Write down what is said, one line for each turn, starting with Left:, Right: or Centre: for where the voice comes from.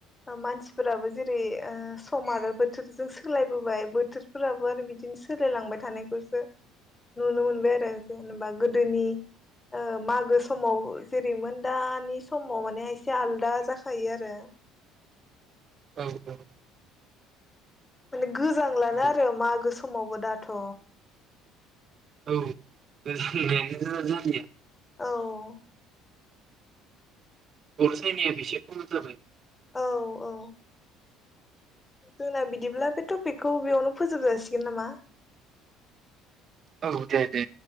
Left: ओ मानसि फोराबो जेरै ओ सम आरो बोथोरजों सोलायबोबाय बोथोरफोराबो आरो बिदिनो सोलायलांबाय थानायखौसो नुनो मोनबाय आरो जेनेबा गोदोनि ओ मागो समाव जेरैमोन दानि समाव माने एसे आलदा जाखायो आरो।
Right: औ औ
Left: माने गोजांलानो
Right: औ
Left: आरो मागो समावबो दाथ'
Right: औ <unintelligible>
Left: औ
Right: अरसायनाया एसे खम जाबाय।
Left: औ औ जोंना बिदिब्ला बे टपिकखौ बेयावनो फोजोब जासिगोन नामा?
Right: औ दे दे